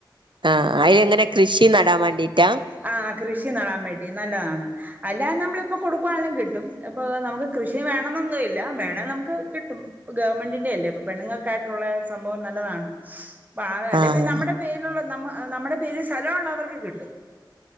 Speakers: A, on the right; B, on the right.
A: ആ അയെങ്ങനെ കൃഷി നടാൻ വേണ്ടിട്ടാ?
B: ആഹ് കൃഷി നടാൻ വേണ്ടി നല്ലതാണ് അല്ലാതെ നമ്മള് ഇപ്പ കൊടുക്കു വാണേലും കിട്ടും അപ്പൊ നമുക്ക് കൃഷി വേണന്നൊന്നുല്ല വേണേ നമുക്ക് കിട്ടും ഗവൺമെന്റിന്റെ അല്ലേ അപ്പോ പെണ്ണുങ്ങൾക്കായ് ട്ടുള്ള സംഭവം നല്ലതാണ് പാറയല്ലേ
A: ആഹ്
B: പിന്നെ നമ്മടെ ന നമ്മ നമ്മടെ പേരിൽ സ്ഥലള്ളവർക്ക് കിട്ടും